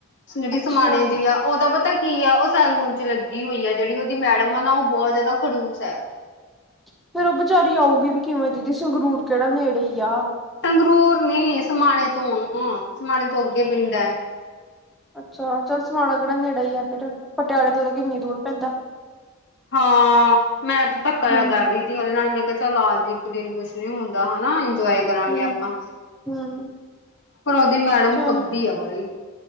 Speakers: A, on the left; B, in the centre.
A: ਜਿਹੜੀ
B: ਅੱਛਾ
A: ਸਮਾਨ ਦਿੰਦੀ ਆ, ਉਹਦਾ ਪਤਾ ਕੀ ਆ। ਉਹ। ਸਾਲੂ ਚ ਲੱਗੀ ਹੋਈ ਆ। ਜਿਹੜੀ ਉਹਦੀ ਮੈਡਮ ਆ ਨਾ, ਉਹ ਬਹੁਤ ਜਿਆਦਾ ਖੜੂਸ ਹੈ।
B: ਫੇਰ ਉਹ ਵਿਚਾਰੀ ਆਊਗੀ ਵੀ ਕਿਵੇਂ ਦੀਦੀ? ਸੰਗਰੂਰ ਕਿਹੜਾ ਨੇੜੇ ਹੀ ਆ।
A: ਸੰਗਰੂਰ ਨੀ ਸਮਾਣੇ ਤੋਂ ਆ ਸਮਾਣੇ ਤੋਂ ਅੱਗੇ ਪਿੰਡ ਹੈ।
B: ਅੱਛਾ ਚੱਲ ਸਮਾਣਾ ਕਿਹੜਾ ਨੇੜੇ ਹੀ ਆ ਫੇਰ। ਪਟਿਆਲੇ ਤੋਂ ਤਾਂ ਕਿੰਨੀ ਦੂਰ ਪੈਂਦਾ।
A: ਹਾਂ ਮੈਂ ਤੇ ਧੱਕਾ
B: ਹੂੰ
A: ਜਿਹਾ ਕਰ ਰਹੀ ਸੀ ਉਹਦੇ ਨਾਲ। ਮੈਂ। ਕਿਹਾ ਚੱਲ ਆ ਜੀ ਇੱਕ ਦਿਨ, ਕੁਝ ਨੀ ਹੁੰਦਾ ਹੈਨਾ ਇੰਜੋਏ ਕਰਾਂਗੇ
B: ਹੂੰ
A: ਆਪਾਂ।
B: ਹੂੰ
A: ਪਰ ਉਹਦੀ ਮੈਡਮ
B: ਚਲੋ
A: ਕੱਬੀ ਆ ਬੜੀ।